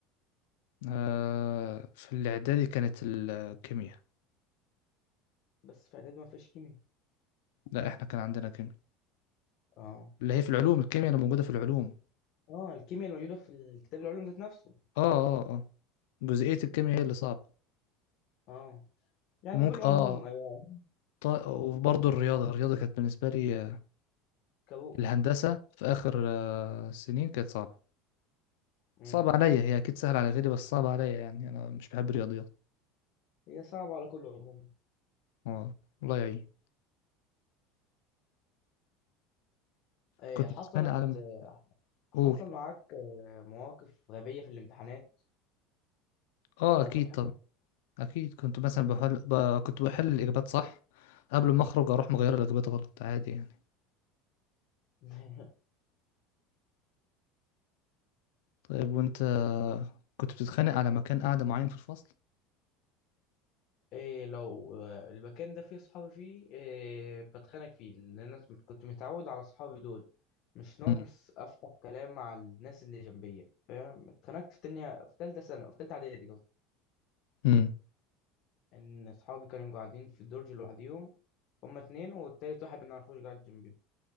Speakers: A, on the left; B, on the left.
A: آه، في الإعدادي كانت الكيمياء
B: بس في اعدادي ما فيهاش كيمياء
A: لا إحنا كان عندنا كيمياء
B: اه
A: اللي هي في العلوم الكيمياء اللي موجودة في العلوم
B: اه الكيمياء الموجوده في الكتاب العلوم ذات نفسه
A: اه اه اه جزئية الكيمياء هي اللي صعبة
B: اه يعني
A: وممكن
B: كل عموم
A: اه
B: آه،
A: طيب وبرضه الرياضة الرياضة كانت بالنسبة لي آه،
B: كابوس
A: الهندسة في آخر آه، السنين كانت صعبة
B: مم.
A: صعبة عليا هي أكيد سهلة على غيري بس صعبة عليا يعني أنا مش بحب الرياضيات
B: هي صعبه على كل عموم
A: اه الله يعين
B: آه،
A: كنت
B: حصلت
A: بتخانق على ما
B: آه، حصل
A: أقول
B: معاك آه، مواقف غبيه في الامتحانات
A: اه
B: او
A: أكيد
B: مضحكه
A: طبعا أكيد كنت مثلا بحل ب... كنت بحل الإجابات صح قبل ما أخرج أروح مغير الإجابات غلط عادي يعني
B: <laughs>
A: طيب وأنت آه، كنت بتتخانق على مكان قاعدة معين في الفصل؟
B: إيه لو آه، المكان ده فيه صحابي فيه إيه بتخانق فيه لأن أنا كنت متعود على صحابي دول مش ناقص
A: امم
B: أفتح كلام مع الناس اللي جنبية فاهم اتخانقت في تانية في تالتة سنة في تالتة إعدادي قصدي
A: امم
B: ان اصحابي كانوا قاعدين في الدرج لوحديهم هما اتنين والتالت واحد ما نعرفوش قاعد جنبي